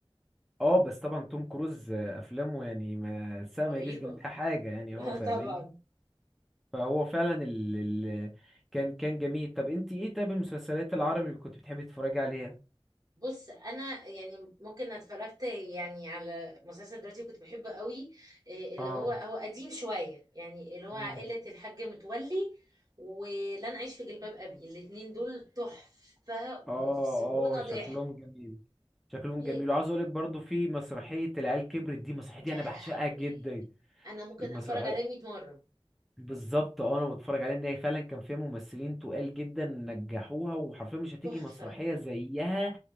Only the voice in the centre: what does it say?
اه بس طبعا توم كروز آه، افلامه يعني ما السقا
ما يجيش جنبها حاجة يعني
هو فاهماني
فهو فعلا ال... ال... كان كان جميل طب انت ايه طب المسلسلات العربي اللي كنت بتحبي تتفرجي عليها
اه
مم.
اه
اه
شكلهم جميل شكلهم
جميل وعاوز اقولك برضو في مسرحية العيال كبرت دي مسرحية دي
انا
بعشقها جدا
المسرحية
بالظبط اه انا بتفرج عليه ان هي فعلا كان فيها ممثلين تقال جدا نجحوها وحرفيا مش هتيجي
مسرحيه زيها